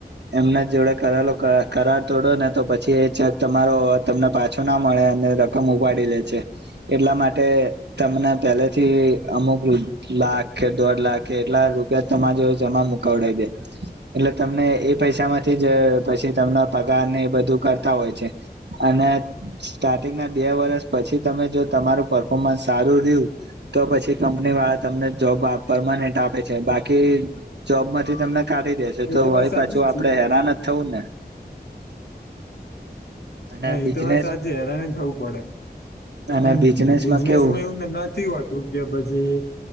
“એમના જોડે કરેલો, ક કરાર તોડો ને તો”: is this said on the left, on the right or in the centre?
Right